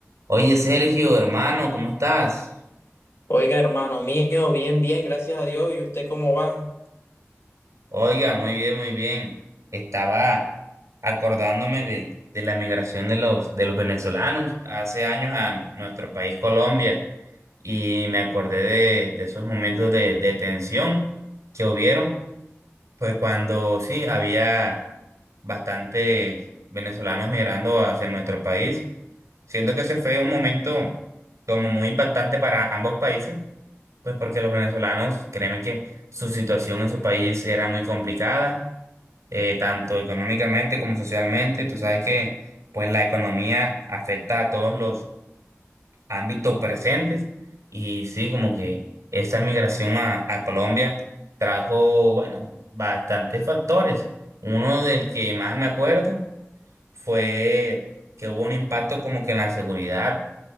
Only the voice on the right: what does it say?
Oye, Sergio, hermano, ¿cómo estás?
Oiga, muy bien, muy bien. Estaba acordándome del- de, la migración de los, de los venezolanos hace años a nuestro país Colombia y me acordé de, de esos momentos de, de tensión que hubieron, pues cuando sí, había bastantes venezolanos migrando hacia nuestro país. Siento que ese fue un momento como muy impactante para ambos países Pues porque los venezolanos, créeme que su situación en su país era muy complicada, eh, tanto económicamente como socialmente. Tú sabes que pues la economía afecta a todos los ámbitos presentes y sí, como que esa migración a, a Colombia trajo, bueno, bastantes factores. Uno del que más me acuerdo fue que hubo un impacto como que en la seguridad,